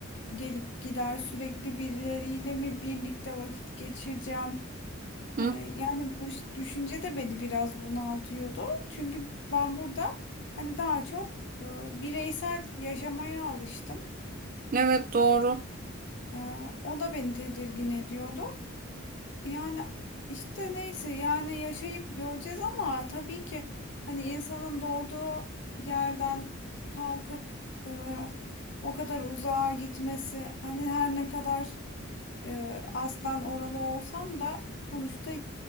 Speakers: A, on the left; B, on the right.
A: gelip gider, sürekli birileriyle mi birlikte vakit geçireceğim?
B: Hı?
A: Ee, yani bu ş- düşünce de beni biraz bunaltıyordu. Çünkü ben burada hani daha çok e, bireysel yaşamaya alıştım.
B: Evet doğru.
A: Ee, o da beni tedirgin ediyordu. Yani işte neyse yani yaşayıp göreceğiz ama tabii ki hani insanın doğduğu yerden kalkıp e, o kadar uzağa gitmesi hani her ne kadar e, aslen oralı olsam da sonuçta